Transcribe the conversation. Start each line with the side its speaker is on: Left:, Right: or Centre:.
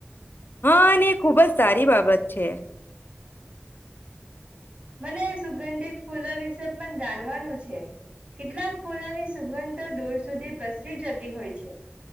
Left: હા ને ખુબ જ સારી બાબત છે.
Right: મને સુગંધિત ફૂલો વિશે પણ જાણવાનું છે કેટલાક ફૂલોની સુગંધો દૂર સુધી પ્રસરી જતી હોય છે.